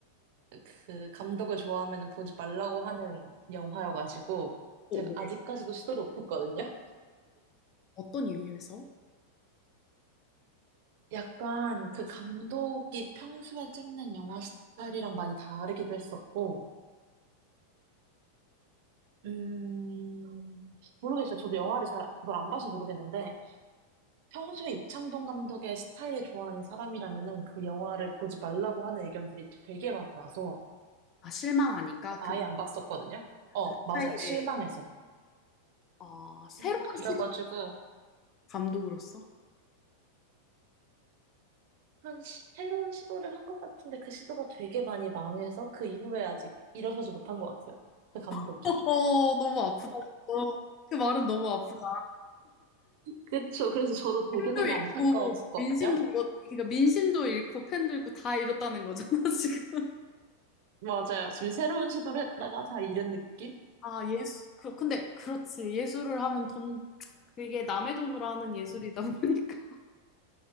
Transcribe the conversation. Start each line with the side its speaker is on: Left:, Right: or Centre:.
Right: 그 감독을 좋아하면 보지 말라고 하는 영화여가지고,
Left: 어,
Right: 제가
Left: 뭐,
Right: 아직까지도 시도를 못했거든요?
Left: 어떤 이유에서?
Right: 약간 그 감독이 평소에 찍는 영화 스타일이랑 많이 다르기도 했었고, 음, 모르겠어요. 저도 영화를 잘, 그걸 안 봐서 모르겠는데, 평소에 이창동 감독의 스타일을 좋아하는 사람이라면은 그 영화를 보지 말라고 하는 의견들이 되게 많아서
Left: 아, 실망하니까?
Right: 아예
Left: 그,
Right: 안 봤었거든요. 어,
Left: 그
Right: 맞아요.
Left: 스타일의,
Right: 실망해서.
Left: 아, 새로운
Right: 음, 그래가지고
Left: 시대 감독으로서?
Right: 한 시- 새로운 시도를 한 것 같은데 그 시도가 되게 많이 망해서 그 이후에 아직 일어서지 못한 것 같아요. 그 감독이.
Left: <laughs> 어, 너무 아프다. 어, 그 말은 너무 아프다.
Right: 그쵸. 그래서 저도 되게
Left: 팬도
Right: 되게
Left: 잃고
Right: 안타까웠거든요.
Left: 민심도 잃고 그러니까 민심도 잃고 팬도 잃고 다 잃었다는 거잖아 <laughs> 지금.
Right: 맞아요. 지금 새로운 시도를 했다가 다 잃은 느낌?
Left: 아 예술 그 근데 그렇지 예술을 하면 돈 그게 남의 돈으로 하는 예술이다 보니까 <laughs>